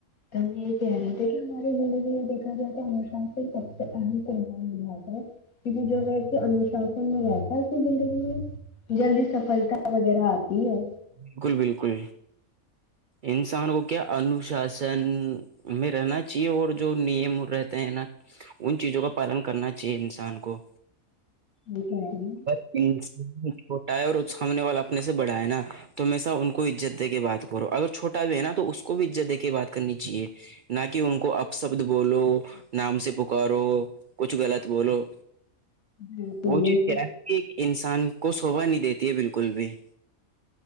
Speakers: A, on the left; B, on the right.
A: تو ہم یہی کہہ رہے تھے کہ ہماری زندگی میں دیکھا جائے تو انوشاس سے سب سے اہم تیوار م باتا ہے کیونکہ جو ویسے انوشاسن میں رہتا ہے اس کی زندگی میں جلدی سفلتا وغیرہ آتی ہے
B: بالکل بالکل انسان کو کیا انوشاسن ہمیں رہنا چاہیے اور جو نیم رہتے ہیں نا ان چیزوں کا پالن کرنا چاہیے انسان کو
A: کہ ہے گی
B: ان چھوٹا ہے اور اس سامنے والا اپنے سے بڑھاائے نا تومیشہ ان کو عزت دے کے بات اگر چھوٹا بھی ہے نا تو اس کو بھی عزت دے کے بات کرنی چاہیے نہ کہ ان کو اپ شبد بولو نام سے پکارو کچھ غلط بولو
A: بالکل
B: وہ چیز
A: اس
B: چ انسان کو شوبا نہیں دیتی ہے بالکل بھی